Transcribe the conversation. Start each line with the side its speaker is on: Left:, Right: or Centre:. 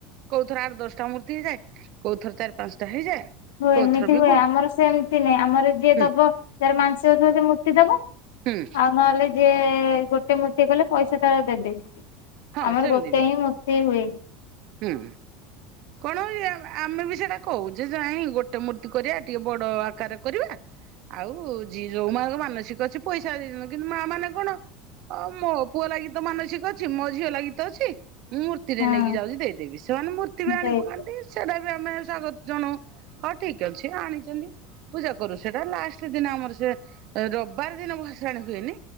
Right: କୋଉଥର ଆଠ ଦଶଟା ମୂର୍ତ୍ତି ହେଇଯାଏ କୋଉଥର ଚାରି ପାଂସାଟା ହେଇଯାଏ।
Left: ହୁଏ
Right: କୋଉଥର
Left: ଏମିତି
Right: ବି
Left: ହୁଏ
Right: ଗୁ
Left: ଆମର ସେମିତି ନାଇଁ ଆମର ଯିଏ
Right: ହୁଁ
Left: ଦବ ଯାର ମାଂଶିକ ଥିବ ସେ ମୂର୍ତି ଦବ
Right: ହୁଁ।
Left: ନହେଲେ ଯିଏ ଗୋଟେ ମୂର୍ତ୍ତି କଲେ ପଇସା ତାର ଦେବେ
Right: ହଁ
Left: ଆମର
Right: ସେମିତି
Left: ଗୋଟେ
Right: ବି
Left: ହିଁ ମୂର୍ ର୍ତ୍ତି ହୁଏ।
Right: ହୁଁ। କଣ ଇଏ ଆମେ ବି ସେଟା କହୁଯେ ନାହି ଗୋଟେ ମୂର୍ତ୍ତି କରିବା ଟିକେ ବଡ ଆକାରରେ କରିବା ଆଉ ଜି ଯୋଉମାନଙ୍କ ମାନସିକ ଅଛି ପଇସା ଦେଇ <inaudible> କିନ୍ତୁ ମା ମାନେ କଣ ଅ ମୋ ପୁଅ ଲାଗୀ ତ ମାନସିକ ଅଛି ମୋ ଝିଅ ଲାଗୀ ତ ଅଛି। ମୁଁ ମୂର୍ତ୍ତିଟେ
Left: ହଁ
Right: ନେଇକି ଯାଉଛି ଦେଇଦେବି ସେମାନେ ମୂର୍ତ୍ତି ବି
Left: ସେଇ
Right: ଆଣି ପକାନ୍ତି ସେଟା ବି ଆମେ ସ୍ଵାଗତ ଜଣାଉ। ହ ଠିକ ଅଛି ଆଣିଚନ୍ତି। ପୂଜା କରୁ ସେଟା ଲାଷ୍ଟ ଦିନ ଆମର ସେ ଏ ରବିବାର ଦିନ ଭସାଣି ହୁଏନି।